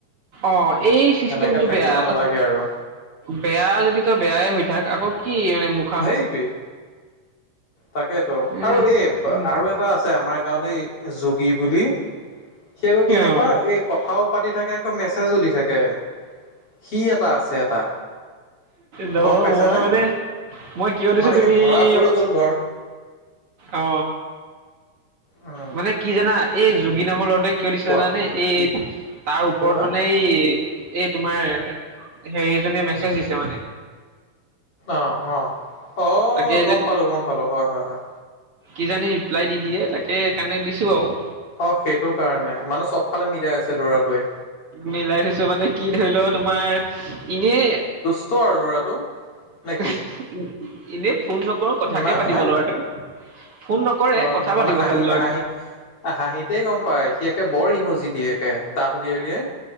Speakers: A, on the right; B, on the left.
A: অ এই চিষ্টেমটো
B: এনেকে থাকিব
A: বেয়া
B: নালাগে আৰু
A: বেয়া যদি তই বেয়াই হৈ থাক আকৌ কি মানে মুখ
B: হেইটোৱেই তাকেইতো
A: এ
B: আৰু এই
A: একদম
B: আৰু এটা আছে আমাৰ গাঁৱতে এই যোগী বুলি সি আকৌ কেনেকুৱা
A: অ
B: এই কথাও পাতি থাকে আকৌ মেছেজো দি থাকে সি এটা আছে এটা
A: নহয়
B: গম পাইছানে
A: মই মানে মই কিয় দিছো
B: মানে
A: তুমি
B: কি ধৰা পৰি
A: অ
B: গ'ল ধৰ
A: অ
B: উম,
A: মানে কি জানা এই যোগী নামৰ ল'ৰাটোৱে কিয় দিছে
B: কোৱা
A: জানানে এই তাৰ ওপৰত
B: কিয় বা
A: মানে এই এই তোমাৰ হেৰি এজনীয়ে মেছেজ দিছে মানে।
B: অ', অ', অ'
A: তাকে
B: গম পালোঁ, গম পালোঁ, হয় হয় হয়।
A: কিজানি ৰিপ্লাই দি দিয়ে তাকে সেইকাৰণে দিছোঁ আৰু।
B: অ' সেইটো কাৰণে, মানে চবফালে মিলাই আছে ল'ৰাটোৱে?
A: মিলাই থৈছে মানে কি ধৰি ল' তোমাৰ এনেই
B: চ আৰু ল'ৰাটো। নে কি
A: এনেই ফোন নকৰোঁ, কথাকে
B: না
A: পাতিব
B: হে
A: ল'ৰাটোৱে। ফোন নকৰে
B: অ'
A: কথা
B: মানে
A: পাতিব
B: হাঁহি
A: খালি ল'ৰাটোৱে
B: হাঁহি হাঁহিতে গম পায়, সি একে বৰ ইম'জি দিয়ে একে দাঁত উলিয়াই উলিয়াই।